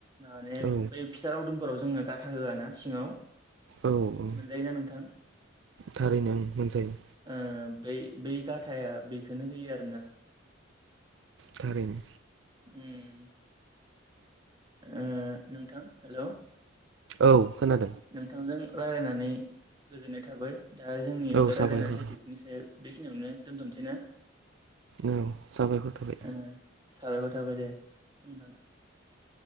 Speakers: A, on the right; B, on the right.
A: माने
B: औ
A: बेै फिथा लावदुम फोराव जोंङो गाथा होआ ना सिङाव
B: औ औ
A: मोनजायोना नोंथां?
B: थारैनो ओं मोनजायो
A: ओ बै बै गाथा थाया बेखोनो होयो आरो ना।
B: थारैनो।
A: उम। ओ नोंथां हेल'
B: औ खोनादों।
A: नोंथांजों रायलायनानै गोजोननाय थाबाय। दा जोंनि
B: औ
A: बे
B: साबायखर
A: रायलायनाय टपिकनि सायाव बे खिनियावनो दोनथ'नोसै ना?
B: औ साबायखर थाबाय।
A: ओ साबायखर <unintelligible>